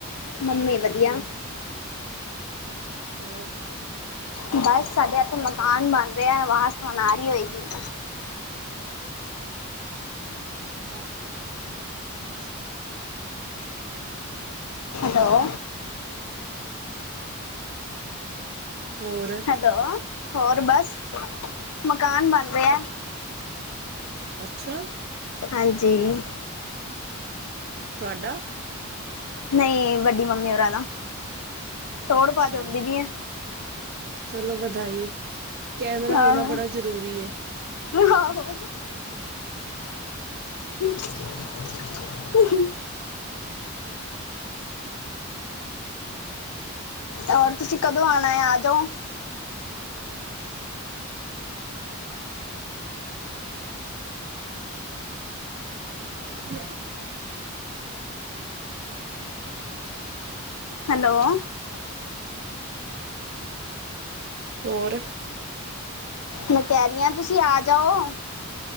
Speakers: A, on the left (about 85°); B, on the right (about 45°).
A: ਮੰਮੀ ਵਧੀਆ।
B: ਹੋਰ
A: ਬਸ ਸਾਡੇ ਇੱਥੇ ਮਕਾਨ ਬਣ ਰਿਹਾ। ਵਾਸਤੇ ਓ ਨਾਰੀ ਹੋਏਗੀ। <inaudible>
B: ਹੈਲੋ ਛ <inaudible>
A: ਹੈਲੋ
B: ਹੋਰ
A: ਹੈਲੋ ਹੋਰ ਬਸ ਮਕਾਨ ਬਣ ਰਿਹਾ।
B: ਅੱਛਾ
A: ਹਾਂਜੀ <inaudible>
B: ਤੁਹਾਡਾ
A: ਨਹੀਂ ਵੱਡੀ ਮੰਮੀ ਹੋਰਾ ਦਾ, ਤੋੜ
B: ਅੱਛਾ
A: -ਪਜ ਹੁੰਦੀ ਪਈ ਐ।
B: ਚਲੋ ਵਧਾਈ ਹੈ ਕੈਮਰਾ
A: ਆਹ,
B: ਹੋਣਾ ਬੜਾ ਜ਼ਰੂਰੀ ਹੈ
A: ਆਹੋ ਹੂ ਹੂ
B: ਹਾਂ।
A: ਔਰ ਤੁਸੀਂ ਕਦੋਂ ਕਦੋਂ ਆਣਾ ਆਜੋਂ <inaudible>
B: ਵਧੀਆ
A: ਹੈਲੋ
B: <inaudible> ਹੋਰ
A: ਮੈਂ ਕਹਿ ਰਹੀ ਆ ਤੁਸੀਂ ਤੁਸੀਂ ਆ ਜਾਓ